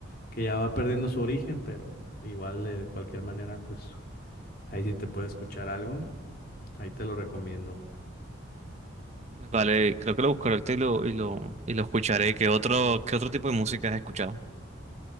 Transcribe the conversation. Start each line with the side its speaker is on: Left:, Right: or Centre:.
Left: que ya va perdiendo su origen, pero igual de cualquier manera, pues... Ahí sí te puede escuchar algo, ahí te lo recomiendo.
Right: Vale, creo que lo buscaré ahorita y lo, y lo, y lo escucharé. ¿Qué otro, qué otro tipo de música has escuchado?